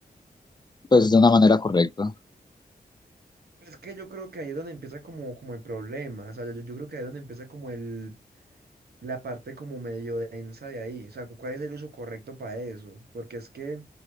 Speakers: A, on the left; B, on the right.
A: pues de una manera correcta.
B: Es que yo creo que ahí es donde empieza como, como el problema. O sea, yo, yo creo que ahí es donde empieza como el la parte como medio densa de ahí. O sea, ¿cuál es el uso correcto para eso? Porque es que,